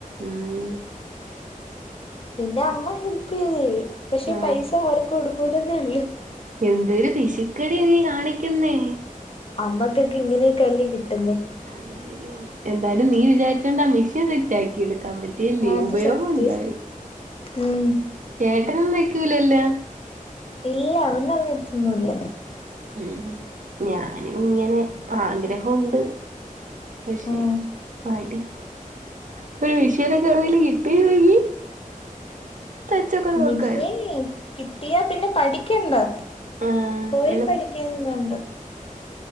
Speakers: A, on the right; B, on the left.
A: ഉം
B: പിന്നെ അമ്മ ഹെൽപെയ്തേരു പക്ഷെ
A: ആ
B: പൈസ അവര്ക്ക് കൊടുക്കൂലന്നേള്ളൂ.
A: എന്തൊരു പിശുക്കെടി നീ കാണിക്ക്യുന്നേ.
B: അമ്മക്കക്കെ ഇങ്ങനെക്കല്ലെ കിട്ടുന്നെ.
A: അഹ് ശരിയ എന്തായലും നീ വിചാരിച്ചൊണ്ട് ആ മിഷീൻ സെറ്റാക്കി എടുക്കാ പ ഇല്ലേ
B: അത്
A: ഉപയോഗോണ്ടായി.
B: സത്യം ഉം.
A: ചേട്ടനൊ തയ്ക്കൂലല്ലോ.
B: ഇല്ല അവനറിയത്തൊന്നുല്ല.
A: ഉം ഞാനുങ്ങനെ പ്പാഗ്രഹുണ്ട് പക്ഷെ.
B: ആഹ്
A: മടി പൊര് മിഷനൊക്കെ എവിട്ന്നേലും കിട്ടിയിരുന്നെങ്കി. തയ്ചൊക്കെ നോക്കായ്ര്ന്ന്.
B: മിഷേ കിട്ടിയാ പിന്നെ പഠിക്ക്യണ്ടാ
A: ആഹ്
B: പോയി
A: എളു
B: പഠിക്ക്യൊന്നും വേണ്ട.